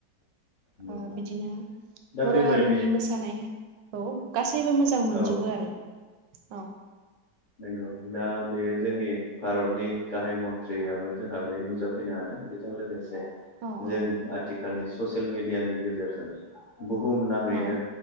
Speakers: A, on the left (about 60°); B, on the right (about 85°).
A: नंगौ
B: ओ बिदिनो
A: दा
B: बर'
A: बेबायदि
B: हारिनि मोसानाय औ गासैबो मोजां मोनजोबो
A: औ
B: आरो औ
A: नंगौ दा बेयो जोंनि भारतनि गाहाय मन्थ्रियो जोंहा बे नुजोब फैनो हादों बेजों लोगोसे
B: औ
A: जों
B: औ
A: आथिखालनि ससियेल मिडियानि गेजेरजों बुहुम नाङैनो
B: औ